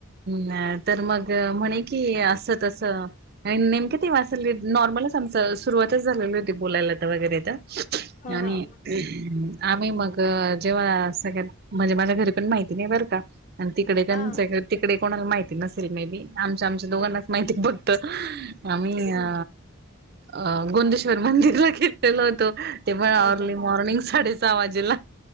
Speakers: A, on the right; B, on the left.
A: हा तर मग म्हणे कि असं तस आणि नेमक ते माझ्यासंग नॉर्मलच आमच सुरुवातच झालेली ते बोलायला तर वगैरे तर
B: हा
A: आणि
B: हा
A: आम्ही मग जेव्हा सगळ्यात म्हणजे माझ्या घरी पण माहिती नाही बरं का आणि तिकडे त्यांच्या
B: हा
A: तिकडे कोणाला माहिती नसेल मे बी आमच आमच दोघांनाच
B: हा
A: माहिती बघ तर आम्ही अ
B: हा
A: अ गोंदेश्वर
B: हा
A: मंदिरला गेलेलो होतो ते पण अर्ली
B: अच्छा
A: मॉर्निंग साडे सहा वाजेला